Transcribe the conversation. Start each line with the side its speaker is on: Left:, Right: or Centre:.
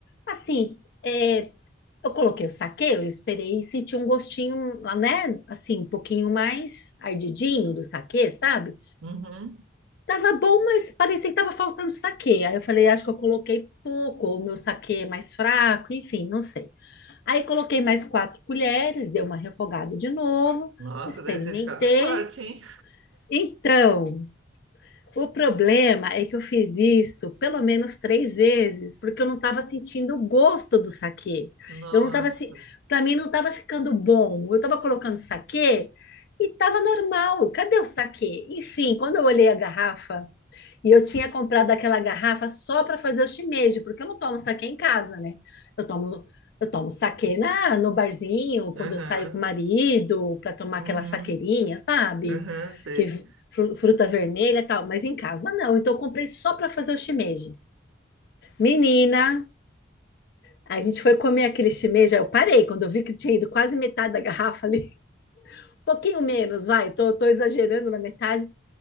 Left: assim. é, eu coloquei o saquê, eu esperei e senti um gostinho, né? Assim, um pouquinho mais ardidinho do saquê, sabe?
Right: Uhum.
Left: Tava bom, mas parecia que tava faltando saquê. Aí eu falei, acho que eu coloquei pouco, ou o meu saquê é mais fraco, enfim, não sei. Aí coloquei mais quatro colheres, dei uma refogada de novo,
Right: Nossa,
Left: experimentei.
Right: deve ter ficado forte, hein?
Left: Então, o problema é que eu fiz isso pelo menos três vezes, porque eu não estava sentindo o gosto do saquê.
Right: Nossa.
Left: Eu não estava se... para mim não estava ficando bom. Eu estava colocando saquê e estava normal. Cadê o saquê? Enfim, quando eu olhei a garrafa, e eu tinha comprado aquela garrafa só para fazer o shimeji, porque eu não tomo saquê em casa, né? Eu tomo, eu tomo saquê na, no barzinho, quando
Right: Aham.
Left: eu saio com o marido, para tomar
Right: Uhum.
Left: aquela saqueirinha, sabe?
Right: Aham, sei.
Left: Que fru- fruta vermelha e tal, mas em casa não. Então eu comprei só para fazer o shimeji. Menina, a gente foi comer aquele shimeji, aí eu parei quando eu vi que tinha ido quase metade da garrafa ali. <laughs> Um pouquinho menos, vai, tô, tô exagerando na metade.